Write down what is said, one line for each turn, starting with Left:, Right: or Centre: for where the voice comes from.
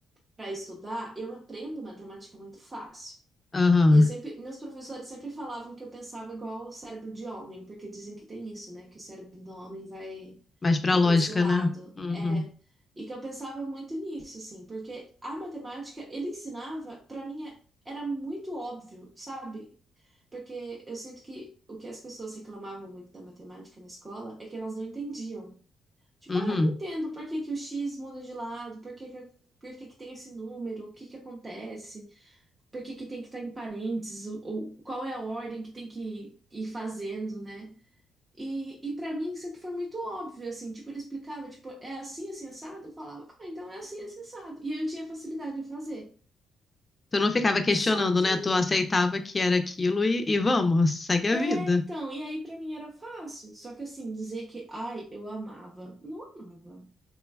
Right: para estudar, eu aprendo matemática muito fácil.
Left: Aham.
Right: E eu sempre, meus professores sempre falavam que eu pensava igual o cérebro de homem, porque dizem que tem isso, né? Que o cérebro do homem vai,
Left: Mais pra
Right: vai
Left: lógica,
Right: para esse lado.
Left: né? Uhum.
Right: É. E que eu pensava muito nisso, assim, porque a matemática, ele ensinava, para mim, é- era muito óbvio, sabe? Porque eu sinto que o que as pessoas reclamavam muito da matemática na escola é que elas não entendiam. Tipo,
Left: Uhum.
Right: ah, eu não entendo por que que o X muda de lado, por que que, por que que tem esse número, o que que acontece por que que tem que estar em parênteses, ou, ou qual é a ordem que tem que ir fazendo, né? E, e para mim sempre foi muito óbvio, assim, tipo, ele explicava, tipo, é assim, assim, assado? Eu falava, ah, então é assim, assim, assado. E aí eu tinha facilidade em fazer.
Left: Tu não ficava questionando,
Right: Só que,
Left: né? Tu aceitava que era aquilo e, e vamos, segue a
Right: é,
Left: vida.
Right: então, e aí pra mim era fácil. Só que assim, dizer que, ai, eu amava, não amava.